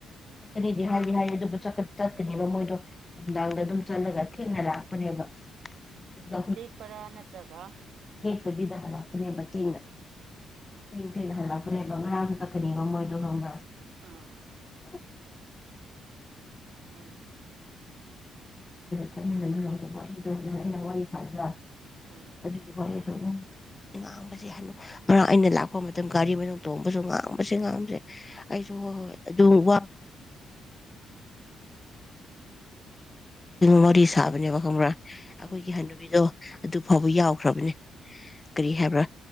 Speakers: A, on the left; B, on the right.
A: ꯆꯀꯅꯤꯗꯤ ꯍꯥꯏꯗꯤ ꯍꯥꯏ ꯑꯗꯨꯕꯨ ꯆꯠꯀꯅꯤꯕ ꯃꯣꯏꯗꯣ ꯅꯨꯡꯗꯥꯡꯗ ꯑꯗꯨꯝ ꯆꯠꯂꯒ ꯊꯦꯡꯉ ꯂꯥꯛꯄꯅꯦꯕ ꯑꯗꯨꯗ
B: ꯂꯦꯛꯄꯥ꯭ꯔ ꯅꯠꯇ꯭ꯔꯒ
A: ꯑꯗꯨ ꯂꯥꯛꯄꯅꯦꯕ ꯊꯦꯡ ꯊꯦꯡꯅ ꯍꯜꯂꯛꯄꯅꯦꯕ ꯉꯔꯥꯡꯁꯨ ꯆꯛꯀꯅꯦꯕ ꯃꯣꯏꯗꯣ ꯈꯪꯕ꯭ꯔꯥꯁꯦ
B: ꯑꯥ
A: <unintelligible> <unintelligible> <unintelligible>
B: ꯎꯝ
A: ꯆꯠꯃꯤꯟꯅꯔꯤꯉꯩ ꯋꯥꯔꯤꯗꯣꯅ ꯑꯩꯅ ꯋꯥꯔꯤ ꯁꯥꯟꯅꯕ
B: ꯎꯝ
A: ꯑꯗꯨꯗꯤ ꯋꯥꯔꯤ ꯉꯥꯡꯕꯁꯦ ꯍꯥꯏ ꯉꯔꯥꯡ ꯑꯩꯅ ꯂꯥꯛꯄ ꯃꯇꯝ ꯒꯥꯔꯤ ꯃꯅꯨꯡ ꯇꯣꯡꯕꯁꯨ ꯉꯥꯡꯕꯁꯦ ꯉꯥꯡꯕꯁꯦ ꯑꯩꯁꯨ ꯍꯣꯏ ꯍꯣꯏ ꯑꯗꯨꯝ ꯋꯥ ꯁꯥꯕꯅꯦꯕ ꯈꯪꯕ꯭ꯔꯥ ꯑꯩꯈꯣꯏꯒꯤ
B: ꯎꯝ
A: ꯍꯟꯅꯨꯕꯤꯗꯣ ꯑꯗꯨ ꯐꯥꯎꯕ ꯌꯥꯎꯈ꯭ꯔꯕꯅꯦ ꯀꯔꯤ ꯍꯥꯏꯕ꯭ꯔꯥ